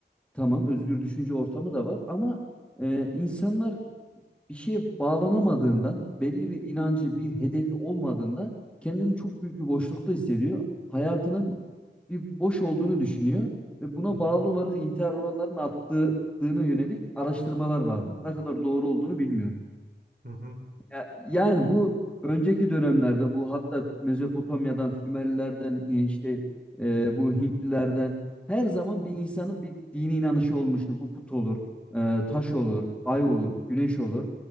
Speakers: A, in the centre; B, on the right (about 60°).
A: tamam özgür düşünce ortamı da var ama e, insanlar bir şeye bağlanamadığından, belli bir inancı, bir hedefi olmadığında kendini çok büyük bir boşlukta hissediyor. Hayatının bir boş olduğunu düşünüyor ve buna
B: Hı hı.
A: bağlı olarak intihar oranlarının arttığına yönelik araştırmalar vardı. Ne kadar doğru olduğunu bilmiyorum.
B: Hı hı.
A: Ya- yani bu önceki dönemlerde bu hatta Mezopotamya'dan, Sümerlilerden e, işte e, bu Hintlilerden her zaman bir insanın bir dini inanışı olmuştur. Bu put olur, e, taş olur, ay olur, güneş olur.